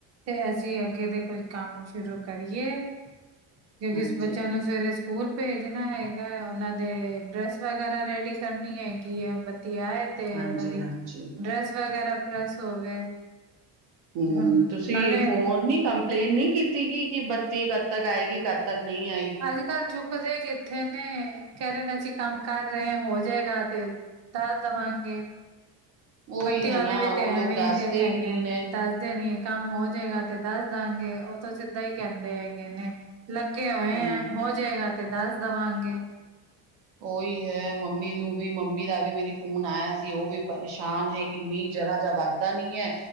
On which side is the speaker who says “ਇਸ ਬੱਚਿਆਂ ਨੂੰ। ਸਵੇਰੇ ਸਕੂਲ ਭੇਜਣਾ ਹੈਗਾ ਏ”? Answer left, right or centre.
Right